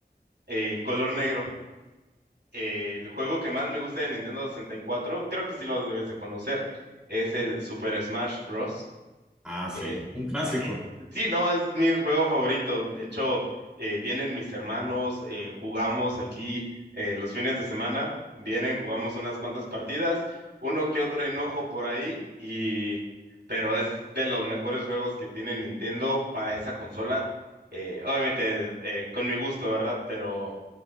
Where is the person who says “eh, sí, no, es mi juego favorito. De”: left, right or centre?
Right